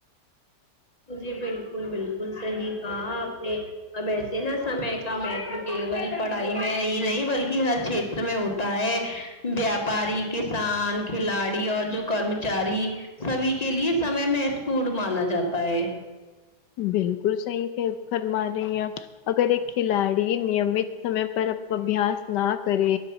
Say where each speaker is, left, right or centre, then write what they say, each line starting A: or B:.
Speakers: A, on the left; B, on the left.
A: جی بالکل بالکل صحیح کہا آپ نے اب ایسے نا سمے کا مہیتو کیول پڑھائی میں ہی نہیں بلکہ ہر چھت ر میں ہوتا ہے ویاپاری کسان کھلاڑی اور جو کرمچاری سبھی کے لیے سمے مہتپورن مانا جاتا ہے
B: بالکل صحیح کہ فرمارہی ہیں آپ اگر ایک کھلاڑی نیمت سمے پر اب ابیاس نہ کرے